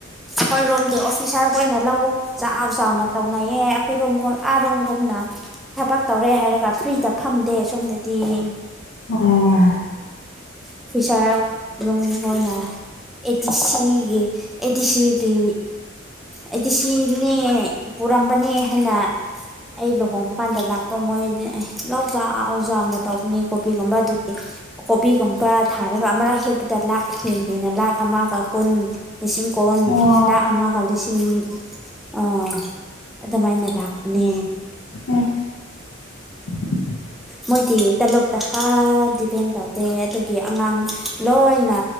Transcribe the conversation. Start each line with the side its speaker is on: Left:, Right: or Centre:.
Centre: ꯑꯁ ꯈꯣꯏꯔꯣꯝꯗꯤ ꯑꯣꯐꯤꯁꯔ ꯍꯣꯏꯅ ꯂꯧ ꯆꯥꯎ ꯆꯥꯎꯅ ꯇꯧꯅꯩꯌꯦ ꯑꯈꯣꯏꯔꯣꯝꯒꯨꯝ ꯑꯥꯔꯣꯝꯒꯨꯝꯅ ꯊꯕꯛ ꯇꯧꯔꯦ ꯍꯥꯏꯔꯒ ꯐ꯭ꯔꯤꯗ ꯐꯝ ꯗꯦ ꯁꯣꯝꯗꯗꯤ
Left: ꯎꯝ
Centre: ꯑꯣꯐꯤꯁꯥꯔ ꯌꯨꯝ ꯍꯣꯏꯅ ꯑꯦꯗꯤꯁꯤꯒꯤ ꯑꯦꯗꯤꯁꯤꯒꯤ ꯑꯩꯗꯤ ꯁꯤꯅꯦ ꯄꯨꯔꯝꯕꯅꯦ ꯍꯥꯏꯅ ꯑꯩ ꯂꯨꯍꯣꯡꯕ ꯀꯥꯟꯗ ꯂꯥꯛꯄ ꯃꯣꯏꯅꯦ ꯂꯧ ꯆꯥꯎ ꯆꯥꯎꯅ ꯇꯧꯕꯅꯤ ꯀꯣꯕꯤꯒꯨꯝꯕ ꯑꯗꯨꯒꯤ ꯀꯣꯕꯤꯒꯨꯝꯕ ꯊꯥꯔꯒ ꯑꯃꯔꯛ ꯍꯦꯛꯄꯗ ꯂꯥꯛ ꯍꯦꯟ ꯍꯦꯟꯅ ꯂꯥꯛ ꯑꯃꯒ ꯀꯨꯟ ꯂꯤꯁꯤꯡ ꯀꯣꯟ
Left: ꯑꯣ
Centre: ꯂꯥꯛ ꯑꯃꯒ ꯂꯤꯁꯤꯡ ꯑꯥ ꯑꯗꯨꯃꯥꯏꯅ ꯂꯥꯛꯄꯅꯦ
Left: ꯎꯝ <unintelligible>
Centre: ꯃꯣꯏꯗꯤ ꯇꯂꯣꯞꯇ ꯍꯥ ꯗꯤꯄꯦꯟ ꯇꯧꯗꯦ ꯑꯗꯨꯒꯤ ꯑꯉꯥꯡ ꯂꯣꯏꯅ